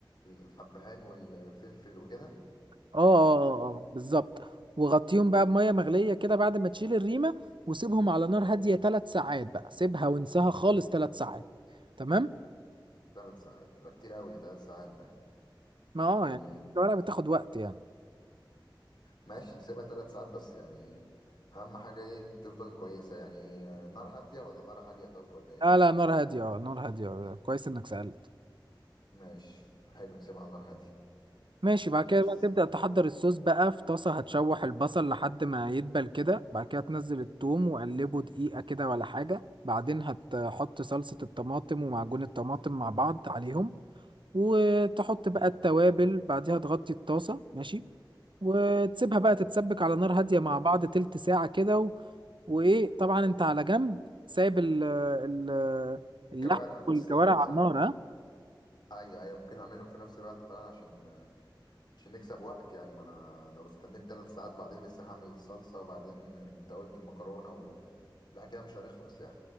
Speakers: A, on the left; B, on the right.
A: الحبهان والفلفل وكده
B: اه اه اه آه، بالظبط وغطيهم بقى بمية مغلية كده بعد ما تشيل الريمة وسيبهم على نار هادية ثلاث ساعات بقى سيبها وانساها خالص ثلاث ساعات تمام
A: ثلاث ساعات ده كتير قوي ثلاث ساعات ده
B: ما اه
A: يعني
B: يعني الورقة بتاخد وقت يعني
A: ماشي نسيبها تلات ساعات بس يعني أهم حاجة إيه تفضل كويسة يعني نار هادية ولا نار عالية طب ولا إيه؟
B: لا لا نار هادية اه نار هادية آه، كويس انك سألت
A: ماشي حلو نسيبها على نار هادية
B: ماشي بعد
A: ماشي
B: كده بقى تبدأ تحضر الصوص بقى في طاسة هتشوح البصل لحد ما يدبل كده بعد كده تنزل الثوم وقلبه دقيقة كده ولا حاجة بعدين هتحط صلصة الطماطم ومعجون الطماطم مع بعض عليهم وتحط بقى التوابل بعديها تغطي الطاسة ماشي وتسيبها بقى تتسبك على نار هادية مع بعض تلت ساعة كده و... وإيه طبعا أنت على جنب سايب ال... ال...
A: الكوارع
B: اللحم
A: بتستوي
B: والكوارع
A: صح؟
B: على النار ها
A: أيوة أيوة ممكن أعملهم في نفس الوقت فعلا عشان عشان نكسب وقت يعني ما أنا لو استنيت تلات ساعات بعدين لسه هعمل الصلصة وبعدين أنت قلت المكرونة و... لا كده مش هنخلص يعني